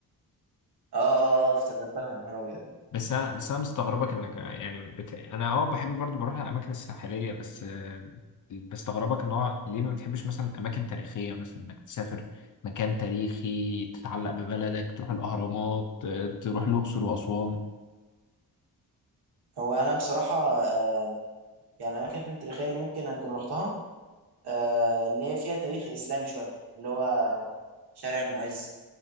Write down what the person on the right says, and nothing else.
اه اه اه افتكرتها يا نهار ابيض
مم.
هو انا بصراحه آه يعني الاماكن التاريخيه اللي ممكن اكون رحتها آه اللي هي فيها تاريخ اسلامي شويه اللي هو شارع المعز